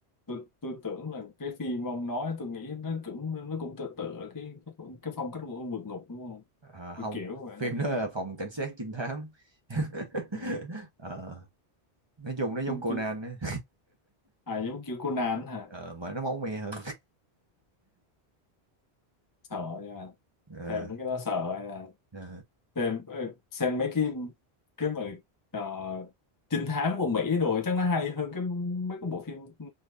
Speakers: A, on the left (about 25°); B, on the right (about 25°).
A: tôi tôi tưởng là cái phim ông nói tôi nghĩ nó cũng nó cũng tựa tựa cái cái phong cách của vượt ngục đúng không
B: Ờ, không
A: kiểu kiểu vậy
B: phim
A: đó
B: đó là phòng cảnh sát trinh thám <laughs>
A: ừ.
B: Ờ, nói chung nó giống
A: phim
B: Conan
A: chính
B: á.
A: à giống kiểu Conan hả
B: Ờ, mà nó máu me hơn
A: sợ nha
B: Ờ,
A: xem mấy cái đó sợ nha
B: ờ,
A: xem ờ, xem mấy cái cái mà ờ, trinh thám của Mỹ rồi chắc nó hay hơn cái mấy cái bộ phim ừ,